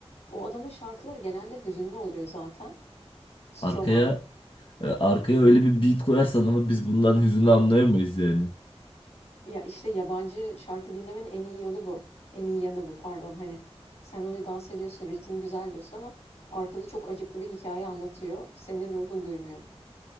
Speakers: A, on the left; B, on the left.
A: O adamın şarkıları genelde hüzünlü oluyor zaten. Stromae
B: Arkaya e, arkaya öyle bir beat koyarsan ama biz bundan hüzünü anlayamayız yani.
A: Ya işte yabancı şarkı dinlemenin en iyi yolu bu. En iyi yanı bu pardon. Hani sen öyle dans ediyorsun, ritim güzel diyorsun ama arkada çok acıklı bir hikaye anlatıyor. Senin ruhun duymuyor.